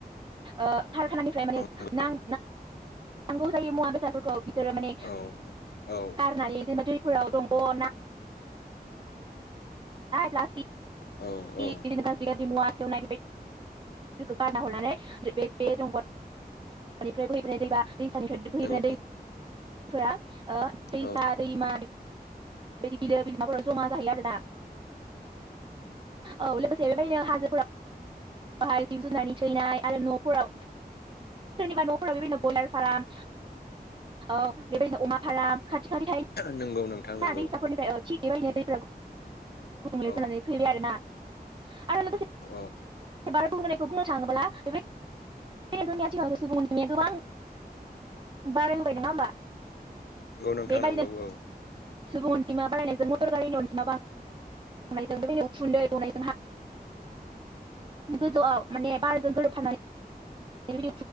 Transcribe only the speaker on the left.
औ नंगौ
औ औ
औ
औ
नंगौ औ
औ
नोंगौ नोंथां
नोंगौ।
औ
औ
नंगौ नोंथां
नंगौ औ।